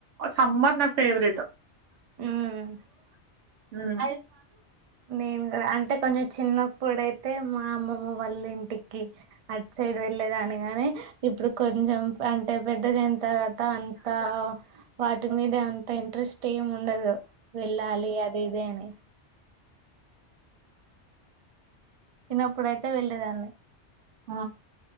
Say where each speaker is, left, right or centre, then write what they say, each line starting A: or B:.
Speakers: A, on the right; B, on the right.
A: సమ్మర్ నా ఫేవరెట్
B: ఉమ్
A: ఉమ్
B: నేను కూడా అంటే కొంచెం చిన్నప్పుడైతే మా అమ్మమ్మమ్మ వాళ్ళ ఇంటికి అట్ సైడ్ వెళ్లేేదాన్ని గని ఇప్పుడు కొంచెం అంటే పెద్దగాయిన తర్వాత అంత వాటి మీద అంత ఇంట్రెస్ట్ ఏమి ఉండదు వెళ్ళాలి అది ఇది అని చిన్నప్పుడయితే వెళ్ళేదాన్ని
A: ఆ